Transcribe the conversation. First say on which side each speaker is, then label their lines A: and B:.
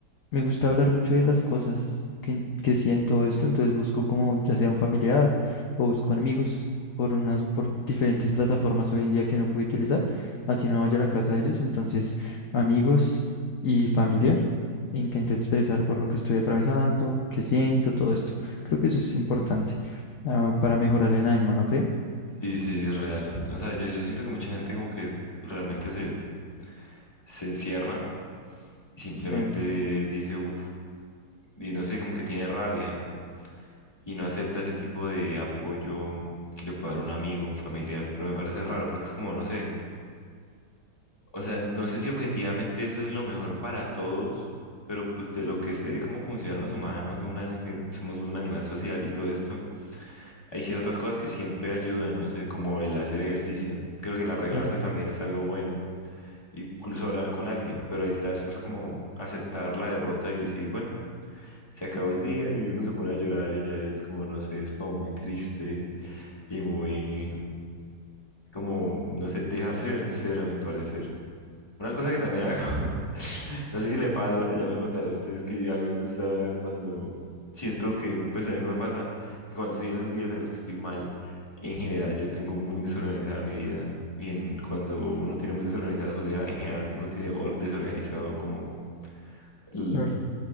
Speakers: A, on the left (about 60°); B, on the left (about 15°).
A: me gusta hablar mucho de las cosas que, que siento esto, entonces busco como ya sea un familiar o busco amigos por unas, por diferentes plataformas hoy en día que no puedo utilizar, así no vaya a la casa de ellos, entonces amigos y familia, e intento expresar por lo que estoy atravesando, qué siento, todo esto. Creo que eso es importante ah, para mejorar el ánimo, ¿no cree?
B: Sí, sí, es real. O sea, yo, yo siento que mucha gente como que realmente se, se encierra y simplemente
A: Sí,
B: dice, uff, y no sé, como que tiene rabia y no acepta ese tipo de apoyo que le puede dar un amigo, un familiar. Pero me parece raro porque es como, no sé. O sea, no sé si objetivamente eso es lo mejor para todos, pero pues de lo que sé de cómo funcionan los humanos, una gen- somos un animal social y todo esto, hay ciertas cosas que siempre ayudan, no sé, como el hacer ejercicio. Creo que el arreglarse
A: claro,
B: también es algo bueno, incluso hablar con alguien, pero aislarse es como aceptar la derrota y decir, bueno, se acabó el día y uno se pone a llorar y ya y es como, no sé, es como muy triste y muy, como, no sé, dejarse vencer a mi parecer. Una cosa que también hago, <laughs> no sé si le pasa, ya me contarán ustedes que a mí me gusta cuando siento que, pues a mí me pasa que cuando estoy en esos días en los que estoy mal, en general yo tengo muy desorganizada mi vida y en, cuando uno tiene muy desorganizada su vida, en general uno tiene or- desorganizado como el,
A: claro.